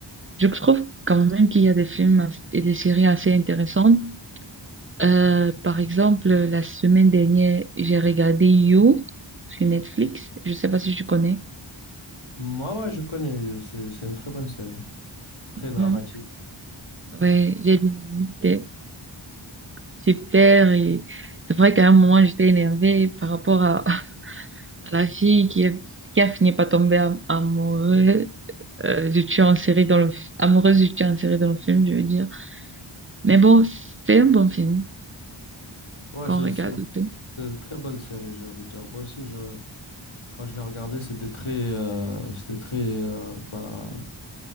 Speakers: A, on the right (about 30°); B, on the left (about 80°).
A: je trouve quand même qu'il y a des films as- et des séries assez intéressantes. Euh, par exemple, la semaine dernière, j'ai regardé You sur Netflix. Je sais pas si tu connais.
B: Mm, Ouais, ouais, je connais You, c'est c'est une très bonne série. Très dramatique.
A: Ouais, Ouais, j'ai bien aimé. C'était super et c'est vrai qu'à un moment, j'étais énervée par rapport à La fille qui, est- qui a fini par tomber am- amoureuse euh, du tueur en série dans le, f- amoureuse du tueur en série dans le film, je veux dire. Mais bon, c'est un bon film
B: Ouais,
A: quand
B: c'est
A: on regarde
B: c'est-
A: et tout.
B: c'est une très belle série, j'ai envie de dire. Moi aussi, je, quand je l'ai regardée, c'était très, euh, c'était très, euh, bah,